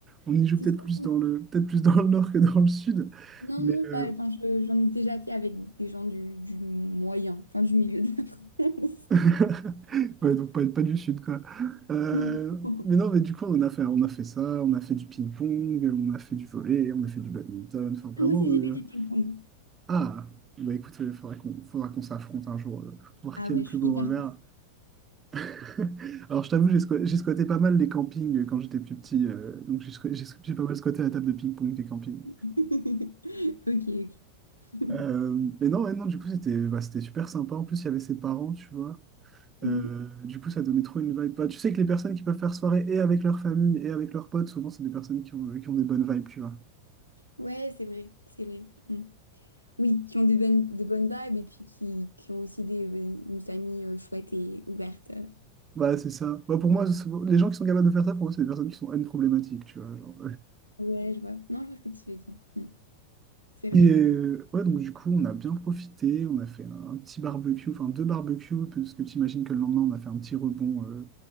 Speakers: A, on the right; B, on the left.
A: on y joue
B: C'est
A: peut-être
B: trop
A: plus
B: cool.
A: dans le, peut-être plus dans le nord que dans le sud,
B: Non,
A: mais
B: non, pas.
A: euh,
B: Enfin, je- j'en ai déjà fait avec des gens du, du moyen, enfin du milieu de la France.
A: <laughs> ouais, donc pas, pas du sud, quoi. Euh,
B: <laughs> Non.
A: mais non, mais du coup, on a fait, on a fait ça, on a fait du ping-pong, on a fait du volley, on a fait du badminton, enfin vraiment.
B: Ah, Moi aussi,
A: euh,
B: j'ai fait du ping-pong.
A: Ah, bah écoute, il faudra qu'on faudra qu'on s'affronte un jour, euh, pour voir
B: Ah
A: qui
B: ouais,
A: a le plus
B: je suis
A: beau
B: hyper
A: revers.
B: forte.
A: <laughs> Alors, je t'avoue, j'ai squat- j'ai squatté pas mal les campings euh, quand j'étais plus petit, euh, donc j'ai squa- j'ai- j'ai pas mal squatté la table de ping-pong des campings.
B: <laughs> Ok, ok. <laughs>
A: Euh, mais non, ouais, non, du coup, c'était bah, c'était super sympa. En plus, il y avait ses parents, tu vois.
B: Mm.
A: Euh, du coup, ça donnait trop une vibe. Bah, tu sais que les personnes qui peuvent faire soirée et avec leur famille et avec leurs potes, souvent, c'est des personnes qui ont, euh, qui ont des bonnes vibes, tu vois.
B: Ouais, c'est vrai, c'est vrai. Mm. Oui, qui ont de bonnes, de bonnes vibes et puis qui, qui ont aussi des, euh, une famille euh, chouette et ouverte. euh.
A: Bah, c'est ça. Bah, pour moi, c'est- les gens qui sont capables de faire ça, pour moi, c'est des personnes qui sont N problématiques, tu vois. genre.
B: Ouais, je vois. Non, je vois ce que tu veux dire. Mm. C'est vrai,
A: Et
B: c'est
A: euh,
B: cool.
A: ouais, donc du coup, on a bien profité, on a fait un, un petit barbecue, enfin deux barbecues, parce que tu imagines que le lendemain, on a fait un petit rebond euh,